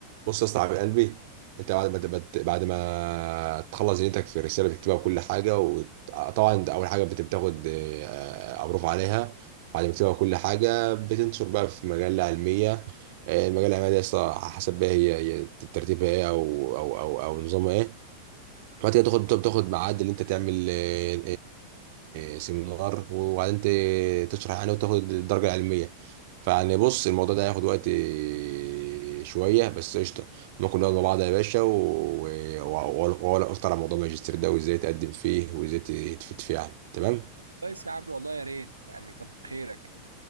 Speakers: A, on the right; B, on the right.
A: بص يا اسطى يا قلبي انت بعد ما تبت- بعد ما تخلص دنيتك في الرساله بتكتبها بكل حاجه وطبعا انت اول حاجه بت- بتاخد آه، امروف عليها بعد ما تكتبها كل حاجه بتنشر بقى في مجله علميه آه، المجله العلميه دي يا اسطى حسب بقى هي هي ترتيبها ايه او او او او نظامها ايه بعد كده تاخد تاخد ميعاد اللي انت تعمل آه، آه، سيمينار وبعدين ت- تشرح يعني وتاخد الدرجه العلميه فيعني بص الموضوع ده هياخد وقت آه، شويه بس قشطه ممكن نقعد مع بعض يا باشا و- و- واقول اكتر عن موضوع الماجستير ده وازاي تقدم فيه وازاي تفيد فيه يعني تمام
B: كويس يا عم والله يا ريت يعني كتر خيرك